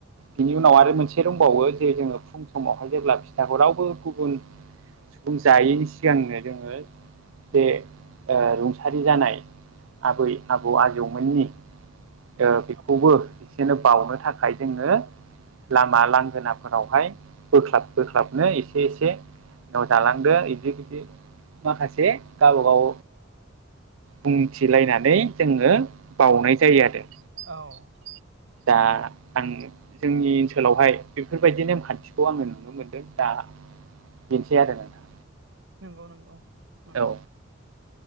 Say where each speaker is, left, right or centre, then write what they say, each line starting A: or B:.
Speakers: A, on the right (about 85°); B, on the right (about 70°).
A: बिनि उनाव आरो मोनसे दंबावो जे जोङो फुं समावहाय जेब्ला फिथाखौ रावबो गुबुन <unintelligible> जायैनि सिगांनो जोङो जे ओ रुंसारि जानाय आबै आबौ आजौमोननि ओ बेखौबो एसेनो बावनो थाखाय जोङो लामा लांगोनाफोरावहाय बोख्लाब बोख्लाबनो एसे एसे न' जालांदो बिदि बिदि माखासे गावब गाव बुंथिलायनानै जोङो बावनाय जायो आरो
B: औ <inaudible>
A: दा आङो जोंनि ओनसोलावहाय बेफोरबायदि नेमखान्थिखौ आङो नुनो मोनदों दा बेनोसै आरो नोंथां
B: नंगौ नंगौ नोंथां
A: औ